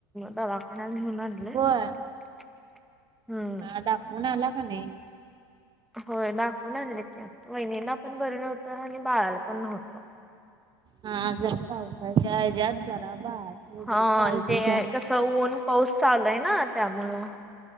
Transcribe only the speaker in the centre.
दवाखना घऊूनले
हम्म.
होय दाखवून आणले ते वहिणीला पण बर नव्हतं आणि बाळाला पण नव्हतं.
हा
आणि ते
कसं ऊन पाऊस चाललाय ना त्यामुळं.